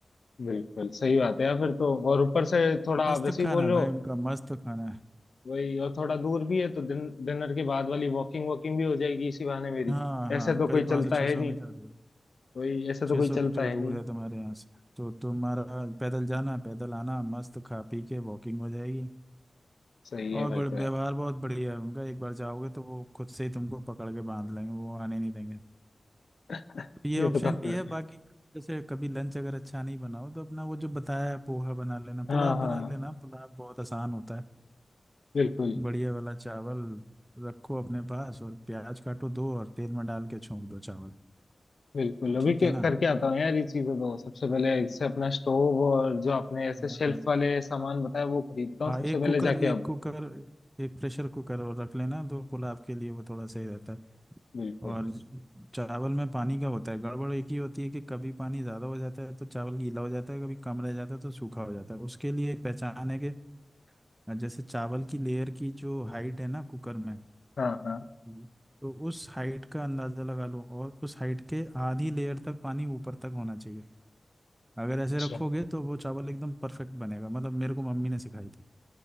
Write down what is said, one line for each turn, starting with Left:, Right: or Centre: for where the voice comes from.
Left: बिल्कुल सही बात है यार फिर तो और ऊपर से थोड़ा
Right: मस्त
Left: वैसे
Right: खाना
Left: ही बोलो
Right: है भाई उनका मस्त खाना है
Left: वही और थोड़ा दूर भी है तो दिन डिनर के बाद वाली वॉकिंग वॉकिंग भी हो जाएगी इसी बहाने मेरी
Right: हाँ
Left: ऐसे
Right: हाँ
Left: तो
Right: करीब
Left: कोई
Right: पाँच
Left: चलता
Right: सौ
Left: है
Right: छः सौ
Left: नहीं
Right: मीटर दूर है
Left: वही ऐसे
Right: छः
Left: तो कोई
Right: सौ मीटर
Left: चलता है
Right: दूर
Left: नहीं
Right: है तुम्हारे यहाँ से तो तुम्हारा पैदल जाना पैदल आना मस्त खा पी के वॉकिंग हो जाएगी
Left: सही
Right: और
Left: है फिर
Right: बड़े व्यवहार
Left: तो यार
Right: बहुत बढ़िया है उनका एक बार जाओगे तो वो खुद से ही तुमको पकड़ के बांध लेंगे वो आने नहीं देंगे
Left: <laughs>
Right: तो ये
Left: ये
Right: ऑप्शन
Left: तो काफी
Right: भी
Left: बढ़िया
Right: है बाकी
Left: है।
Right: जैसे कभी लंच अगर अच्छा नहीं बनाओ तो अपना वो जो बताया है, पोहा बना लेना
Left: हाँ
Right: पुलाव
Left: हाँ
Right: बना लेना पुलाव बहुत आसान होता है
Left: बिल्कुल
Right: बढ़िया वाला चावल रखो अपने पास और प्याज काटो दो और तेल में डाल के छोंक दो चावल
Left: बिल्कुल अभी
Right: ठीक
Left: के,
Right: है ना
Left: करके आता हूँ यार ये चीजें तो सबसे पहले इससे अपना स्टोव और जो आपने ऐसे
Right: हाँ
Left: शेल्फ वाले सामान बताया वो खरीदता हूँ
Right: हाँ,
Left: सबसे
Right: एक
Left: पहले
Right: कुकर
Left: जाके
Right: एक
Left: अब
Right: कुकर एक प्रेशर कुकर और रख लेना तो पुलाव के लिए वो थोड़ा सही रहता है
Left: बिल्कुल
Right: और चावल में पानी का होता है गड़बड़ एक ही होती है कि कभी पानी ज़्यादा हो जाता है तो चावल गीला हो जाता है कभी कम रह जाता है तो सूखा हो जाता है उसके लिए एक पहचान है कि जैसे चावल की लेयर की जो हाइट है ना कुकर में
Left: हाँ हाँ
Right: हम्म। तो उस हाइट का अंदाज़ा लगा लो और उस हाइट के आधी लेयर तक पानी ऊपर तक होना चाहिए अगर ऐसे
Left: अच्छा
Right: रखोगे तो वो चावल एकदम परफेक्ट बनेगा मतलब मेरे को मम्मी ने सिखाई थी